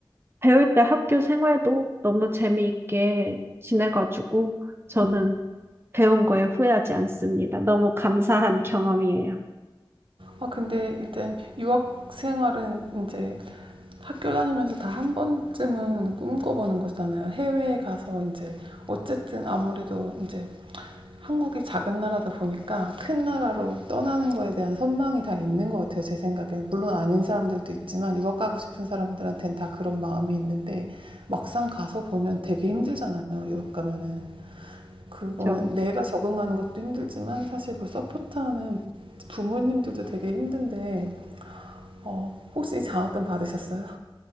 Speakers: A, on the right; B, on the right.
A: 배울 때 학교 생활도 너무 재미있게 지내가지고, 저는
B: 음.
A: 배운 거에 후회하지 않습니다. 너무 감사한 경험이에요.
B: 아 근데 일단 유학 생활은 이제 학교 다니면서 다 한 번쯤은 꿈꿔보는 거잖아요. 해외에 가서 이제 어쨌든 아무래도 이제 한국이 작은 나라다 보니까 큰 나라로 떠나는 거에 대한 선망이 다 있는 것 같아요. 제 생각에는 물론 아닌 사람들도 있지만 유학 가고 싶은 사람들한테는 다 그런 마음이 있는데 막상 가서 보면 되게 힘들잖아요. 유학 가면은 그거는
A: 저,
B: 내가 적응하는 것도 힘들지만 사실 그 서포트하는 부모님들도 되게 힘든데 어, 혹시 장학금 받으셨어요?